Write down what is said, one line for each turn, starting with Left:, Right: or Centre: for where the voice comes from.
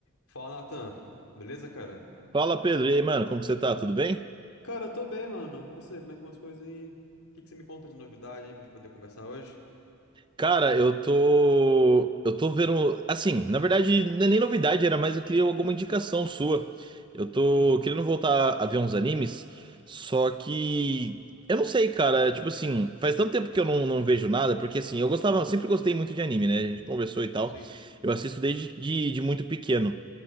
Left: Fala, Natan. Beleza, cara?
Right: Fala, Pedro. E aí, mano, como que você tá? Tudo bem?
Left: Cara, eu tô bem, mano. E você, como é que vão as coisas aí? O que que você me conta de novidade aí pra gente poder conversar hoje?
Right: Cara, eu tô. Eu tô vendo. Assim, na verdade, não é nem novidade, era mais eu queria alguma indicação sua. Eu tô
Left: Hum,
Right: querendo voltar a ver uns animes, só que. Eu não sei, cara. Tipo assim, faz tanto tempo que eu não, não vejo nada, porque assim, eu gostava, sempre gostei muito de anime, né? A gente conversou e tal.
Left: sim.
Right: Eu assisto desde de, de muito pequeno.